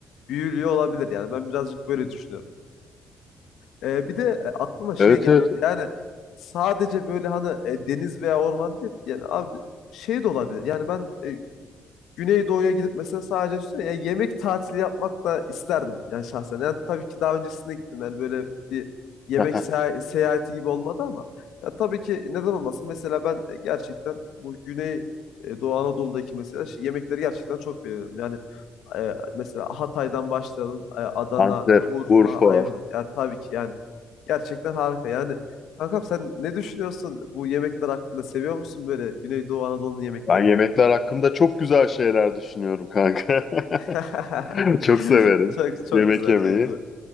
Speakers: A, on the left (about 80°); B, on the left (about 45°).
A: büyülüyor olabilir. Yani ben birazcık böyle düşünüyorum. Ee, bir de e, aklıma şey
B: Evet,
A: geldi.
B: evet.
A: Yani sadece böyle hani e, deniz veya orman değil. Yani abi şey de olabilir. Yani ben e, Güneydoğu'ya gidip mesela sadece üstüne ya yemek tatili yapmak da isterdim yani şahsen. Yani tabii ki daha öncesinde gittim yani böyle bir yemek
B: <laughs>
A: seya- seyahati gibi olmadı ama ya tabii ki neden olmasın? Mesela ben e, gerçekten bu Güney e, Doğu Anadolu'daki mesela şu yemekleri gerçekten çok beğeniyorum. Yani e, mesela Hatay'dan başlayalım, e, Adana,
B: Antep,
A: Urfa,
B: Urfa.
A: Ayvan. Ya tabii ki yani gerçekten harika. Yani kankam sen ne düşünüyorsun bu yemekler hakkında? Seviyor musun böyle Güneydoğu Anadolu'nun yemeklerini?
B: Ben yemekler hakkında çok güzel şeyler düşünüyorum kanka.
A: <laughs>
B: <laughs> Çok severim
A: Çok çok
B: yemek
A: güzel,
B: yemeyi.
A: çok güzel.